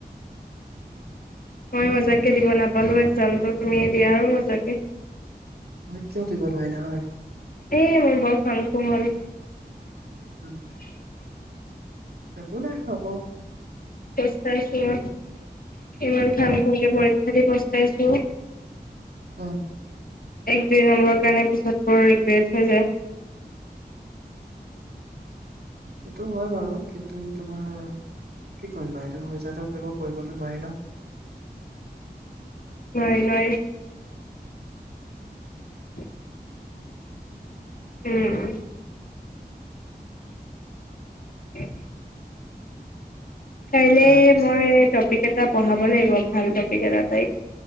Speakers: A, on the left (about 60°); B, on the right (about 70°).
A: মই মজাকে দিব নাপালোঁ এক্সজামটো, তুমিয়ে দিয়া আৰু মজাকে।
B: কিয় দিব নোৱাৰিলা হয়
A: এ মই <unintelligible>
B: উম।
A: উম।
B: একো নাই হব।
A: তেইছ তাৰিখে, এইবাৰ
B: হা
A: ভাল কৰিলে কৰিম। তাকেই পষ্টাইছো।
B: উম।
A: এক দুই নম্বৰৰ কাৰণে পিছত বৰ ৰিগ্ৰেট হৈ যায়।
B: এইটো হয় বাৰু, কিন্তু তোমাৰ কি কৰিবা। এইটো হৈ যোৱাত এক কৰিবটো নোৱাৰি ন।
A: নহয়- নহয়। <inaudible> উম। <inaudible> কালিলৈ
B: তাৰপিছত
A: মই টপিক এটা পঢ়াব লাগিব, ভাল টপিক এটা তাইক।